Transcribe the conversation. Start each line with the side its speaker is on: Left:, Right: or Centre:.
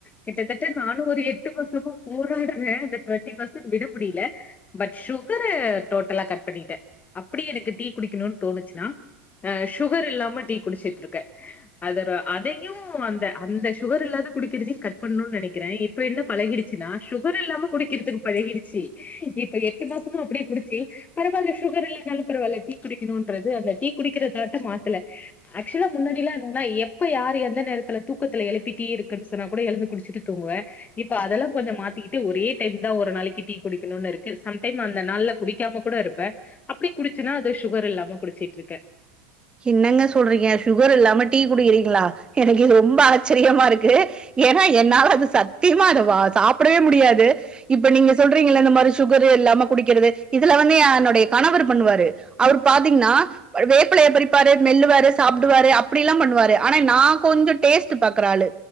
Left: கிட்டத்தட்ட நானு ஒரு எட்டு வர்ஷமா போரா <unintelligible> இந்த டொன்ட்டி ஃப்சன்ட் விட முடில பட் சுகர டோட்டலா கட் பண்ணிட்டே அப் அப்டி எனக்கு டீ குடிக்கணுனு தோணுச்சினா ஆ சுகர் இல்லாம டீ குடிச்சிட்டுருக்க அத த அதயூ அந்த அந்த சுகர் இல்லாது குடிக்கிறதயு கட் பண்ணுனு நெனைக்கிறே இப்ப என்ன பழகிடுச்சினா சுகர் சுகர் இல்லாம குடிக்கிறதுக்கு பழகிடுச்சு இப்ப எட்டு மாசமு அப்டியே குடுச்சு பரவால்ல சுகர் இல்லைனாலு பரவால்ல டீ குடிக்கணுன்றது அந்த டீ குடிக்கிறதாட்ட மாத்தல ஆக்சுவலா முன்னாடில்லா என்னன்னா எப் ப யாரு எந்த நேரத்துல தூக்கத்துல எழுப்பி டீ இருக்குனு சொன்னா கூட எழுந்து குடுச்சிட்டு தூங்குவே இப்ப அதெல்லா கொஞ்சோ மாத்தி கிட்டு ஒரே டைம் தா ஒரு நாளைக்கு டீ குடிக்கணுன்னு இருக்கு சம் டைம் அந்த நாள்ல குடிக்காம கூட இருப்பே அப்டி குடிச்சுன்னா அத சுகர் இல்லாம குடுச்சிட்ருக்கே
Right: என்னங்க சொல்றீங்க சுகர் இல்லாம டீ குடிக்கிறீங்களா எனக்கு இது ரொம்ப ஆச்சரியமா இருக்கு ஏன்னா என்னால அது சத்தியமா அத வா சாப்டவே முடியாது இப்ப நீங்க சொல்றீங்கள இந்த மாதிரி சுகரு இல்லாம குடிக்கிறது இதுல வந்து ஏ என்னுடைய கணவர் பண்ணுவாரு அவர் பாத்தீங்னா வேற் வேப்பில்லய பரிப்பாரு மெல்லுவாரு சாப்டுவாரு அப்டியில்லாம் பண்ணுவாரு ஆனா நா கொஞ்சோ டேஸ்ட் பாக்குற ஆளு